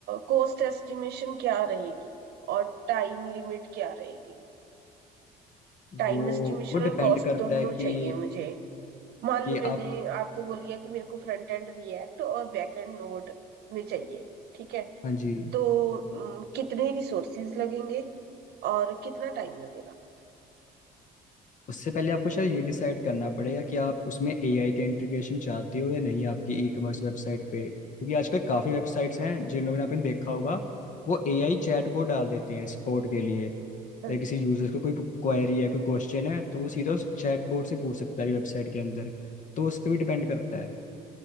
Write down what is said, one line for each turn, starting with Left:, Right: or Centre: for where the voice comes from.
Right: कॉस्ट एस्टिमेशन क्या रहेगी और टाइम लिमिट क्या रहेगी टाइम
Left: वो
Right: एस्टिमेशन
Left: वो डिपेंड
Right: और कॉस्ट
Left: करता
Right: दोनों
Left: है कि
Right: चाहिए मुझे मान
Left: कि
Right: लो मैंने
Left: आप
Right: आपको बोल दिया कि मेरे को फ्रंट एंड रिएक्ट और बैक एंड नोड में चाहिए ठीक है
Left: हाँ जी
Right: तो अम, कितने रिसोर्सेज लगेंगे और कितना टाइम लगेगा
Left: उससे पहले आपको शायद ये डिसाइड करना पड़ेगा कि आप उसमें एआई का इंटीग्रेशन चाहते हो या नहीं आपकी ई कॉमर्स वेबसाइट पे क्योंकि आजकल काफ़ी वेबसाइट्स हैं जिन लोगों ने आपने देखा होगा वो एआई चैटबॉट डाल देते हैं सपोर्ट के लिए
Right: हाँ
Left: कहीं
Right: जी
Left: किसी यूजर को कोई क्वेरी है कोई क्वेश्चन है तो वो सीधा उस चैटबॉट से पूछ सकता है वेबसाइट के अंदर तो उस पर भी डिपेंड करता है